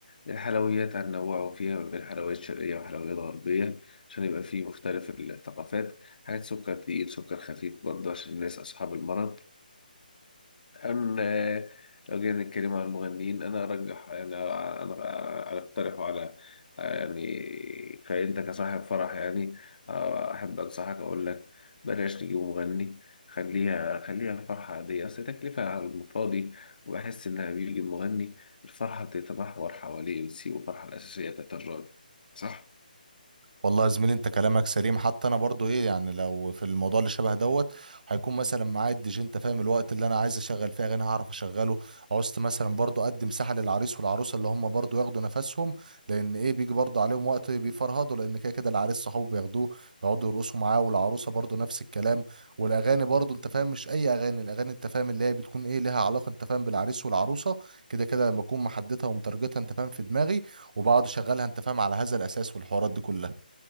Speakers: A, on the left; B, on the right.
A: الحلويات عن نوعوا فيها ما بين حلويات شرقية وحلويات غربية عشان يبقى فيه مختلف الثقافات حاجات سكر تقيل سكر خفيف برضه عشان الناس أصحاب المرض أم آه، لو جينا نتكلم عن المغنيين أنا أرجح يعني أنا أقترحه على يعني كأنت كصاحب فرح يعني آه، أحب أنصحك أقول لك بلاش تجيب مغني خليها خليها فرحة عادية أصل تكلفة على المفاضي وبحس إنها بيجي المغني الفرحة بتتمحور حواليه بتسيب الفرحة الأساسية بتاعت الراجل صح؟
B: والله يا زميلي انت كلامك سليم حتى انا برضو ايه يعني لو في الموضوع اللي شبه دوت هيكون مثلا معايا الدي جي انت فاهم الوقت اللي انا عايز اشغل فيه اغاني هعرف اشغله عوزت مثلا برضو ادي مساحه للعريس والعروسه اللي هم برضو ياخدوا نفسهم لان ايه بيجي برضو عليهم وقت بيفرهدوا لان كده كده العريس صحابه بياخدوه يقعدوا يرقصوا معاه والعروسه برضو نفس الكلام والاغاني برضو انت فاهم مش اي اغاني الاغاني انت فاهم اللي هي بتكون ايه لها علاقه انت فاهم بالعريس والعروسه كده كده لما بكون محددها ومترجتها انت فاهم في دماغي وبقعد اشغلها انت فاهم على هذا الاساس والحوارات دي كلها